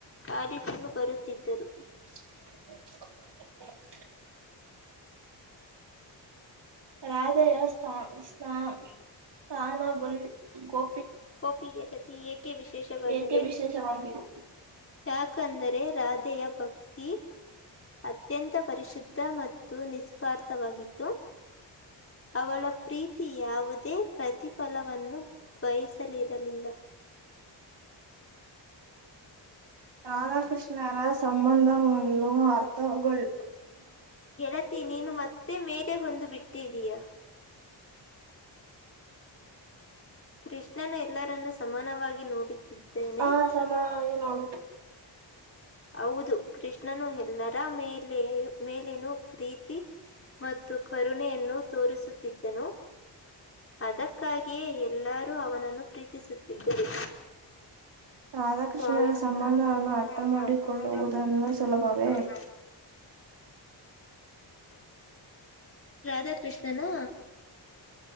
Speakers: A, on the left; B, on the right.
A: ಆಡಿಸಲು ಬರುತ್ತಿದ್ದರು
B: <inaudible> ರಾಧೆಯ ಸ್ಥಾನ ಸ್ನ ಸ್ಥಾನ ಬಲಿ ಗೊ
A: ಕೋಪಿಯ ರತಿ ಏಕೆ ವಿಶೇಷವಾಗಿದೆ
B: ಏಕೆ ವಿಶೇಷವಾಗಿದೆ
A: ಯಾಕಂದರೆ ರಾಧೆಯ ಭಕ್ತಿ ಅತ್ಯಂತ ಪರಿಶುದ್ಧ ಮತ್ತು ನಿಸ್ಪಾರ್ಥವಾಗಿತ್ತು ಅವಳ ಪ್ರೀತಿ ಯಾವುದೇ ಪ್ರತಿಫಲವನ್ನು ಬಯಸಲಿರಲಿಲ್ಲ <inaudible>
B: ರಾಧಾಕೃಷ್ಣರ ಸಂಬಂಧವನ್ನು ಅರ್ಥಗಳ್
A: ಗೆಳತಿ ನೀನು ಮತ್ತೆ ಮೇಲೆ ಒಂದು ಬಿಟ್ಟಿದೀಯಾ ಕೃಷ್ಣನು ಎಲ್ಲರನ್ನೂ ಸಮಾನವಾಗಿ ನೋಡುತ್ತಿದ್ದಾನೆ.
B: ಹಾ ಸಮಾಧಾನವಾಗಿ ನೋಡು
A: ಹೌದು ಕೃಷ್ಣನು ಎಲ್ಲರ ಮೇಲೇ ಮೇಲೇನು ಪ್ರೀತಿ ಮತ್ತು ಕರುಣೆಯನ್ನು ತೋರಿಸುತ್ತಿದ್ದನು. ಅದಕ್ಕಾಗಿಯೇ ಎಲ್ಲರೂ ಅವನನ್ನು ಪ್ರೀತಿಸುತ್ತಿದ್ದರು
B: ರಾಧಾಕೃಷ್ಣರ
A: ರಾಧಾಕೃಷ್ಣ
B: ಸಂಬಂಧವನ್ನು
A: ತಮ್ಮಾನವನ್ನು
B: ಮಾಡಿಕೊಳ್ಳುವುದನ್ನು
A: ಅರ್ಥ ಮಾಡಕೊಳೋದು ಸುಲಭವೆ
B: ಸುಲಭವೇ
A: ರಾಧಾಕೃಷ್ಣನು